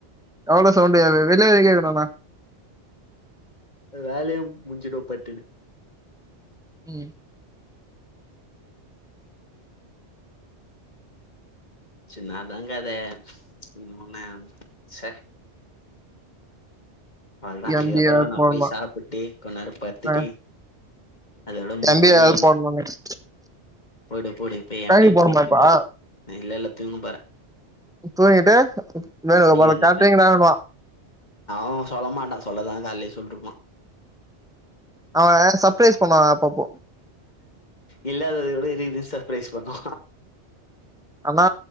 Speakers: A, in the centre; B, on the left.
A: எவ்ளோ சவுண்ட்டு <unintelligible> வெளிய வரையு கேக்னுனா
B: வேலையு முஞ்சிடு பட்டுனு
A: உம்
B: சின்னதாங்க அது இன்னோனே ச்ச அவள்தா
A: எம்
B: இதுக்கப்புற
A: பி ஆர்
B: நா
A: போடணு
B: போய் சாப்பிட்டு கொன்னேரோ பட்த்துட்டு
A: ஆ
B: அதோட மூனு
A: எம் பி
B: மணிகு
A: ஆர்
B: ஏந்து
A: போடணுனு
B: போடு போடு இப்ப
A: கழனி
B: எம் பி ஏ
A: போணுமா
B: போட்டு
A: இப்ப
B: இல்ல இல்ல தூங்கப்போறே
A: தூங்கிட்டு வேணுங்கப்போல
B: எழுந்துப்பே
A: கேட்ரிங்தானுவா
B: அவ சொல்ல மாட்டா சொல்லதா கால்லியே சொல்ட்ருப்பா
A: அவ சப்ரைஸ் பண்ணுவா அப்பப்போ
B: இல்லாதத விட இதுகெதுக்கு சப்ரைஸ் பண்ணு
A: ஆனா